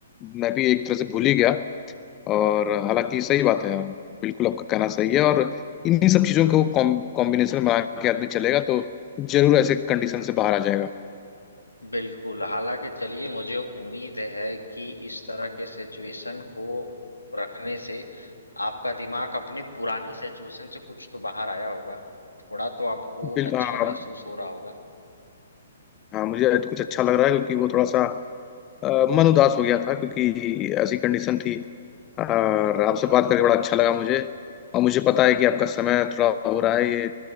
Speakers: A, on the left; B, on the left.
A: मैं भी एक तरह से भूल ही गया और हालांकि सही बात है आप बिल्कुल आपका कहना सही है और इन्हीं सब चीजों को कॉम, कॉम्बिनेशन बना के आदमी चलेगा तो जरूर ऐसे कंडीशन से बाहर आ जाएगा
B: बिल्कुल, हालाँकि चलिए मुझे उम्मीद है कि इस तरह के सिचुएशन को रखने से आपका दिमाग अपनी पुरानी सिचुएशन से कुछ तो बाहर आया होगा। थोड़ा तो आपको
A: बिल्कुल
B: अच्छा
A: हाँ
B: महसूस हो रहा होगा।
A: हाँ मुझे आज कुछ अच्छा लग रहा है क्योंकि वो थोड़ा सा अ, मन उदास हो गया था क्योंकि ऐसी कंडीशन थी और आपसे बात करके बड़ा अच्छा लगा मुझे और मुझे पता है कि आपका समय थोड़ा हो रहा है ये